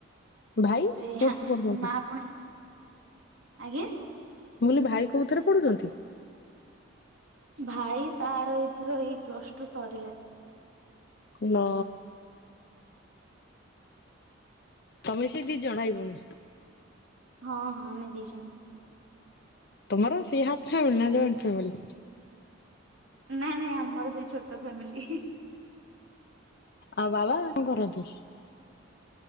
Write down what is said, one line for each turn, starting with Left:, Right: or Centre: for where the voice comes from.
Left: ଭାଇ
Right: ସେଇଆ
Left: କୋଉଠି ପଢୁଚନ୍ତି?
Right: ମା ପୁଣି ଆଜ୍ଞା।
Left: ମୁଁ କହିଲି ଭାଇ କୋଉଥରେ ପଢୁଚନ୍ତି।
Right: ଭାଇ ତାର ଏଥର ଏଇ ପ୍ଲସ ଟୁ ସରିଲା।
Left: ନା ତମେ ସେଇ ଦିଦ୍ ଜଣାଇବୁନି।
Right: ହଁ ହଁ ଆମେ ଦି ଜଣ।
Left: ତମର ସେ ହାଫ ଫାମିଲି ନା ଜଏଣ୍ଟ ଫାମିଲି?
Right: ନାଇଁ ନାଇଁ ଆମର ସେଇ ଛୋଟ ଫ୍ୟାମିଲି।
Left: ଆଉ ବାବା କଣ କରନ୍ତି?